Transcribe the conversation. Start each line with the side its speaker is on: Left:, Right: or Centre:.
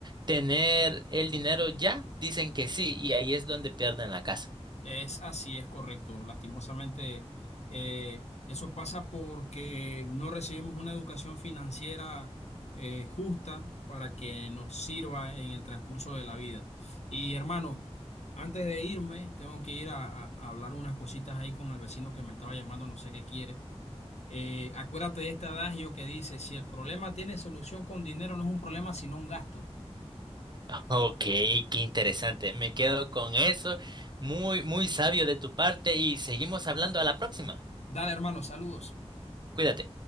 Right: tener el dinero ya dicen que sí y ahí es donde pierden la casa.
Left: Es así, es correcto. Lastimosamente, eh, eso pasa porque no recibimos una educación financiera eh, justa para que nos sirva en el transcurso de la vida. Y hermano, antes de irme, tengo que ir a, a- a hablar unas cositas ahí con el vecino que me estaba llamando, no sé qué quiere. Eh, acuérdate de este adagio que dice, si el problema tiene solución con dinero, no es un problema, sino un gasto.
Right: Ok, qué interesante. Me quedo con eso. Muy, muy sabio de tu parte y seguimos hablando a la próxima.
Left: Dale, hermano, saludos.
Right: Cuídate.